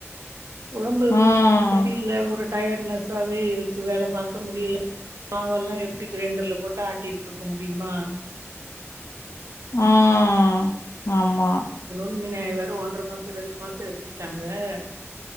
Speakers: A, on the right; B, on the left.
A: உடம்பு
B: ம்
A: சரியில்ல ஒரு டயர்டனஸாவே இருக்கு வேல பார்க்க முடியல மாவெல்லாம் எப்டி கிரைண்டர்ல போட்டு ஆட்டிக்கிட்டு இருக்க முடியுமா
B: உம் ஆமா
A: ம நாய வ ஒன்றரை மாசம் ரெண்டு மாசம் இருந்துட்டாங்க <unintelligible> வே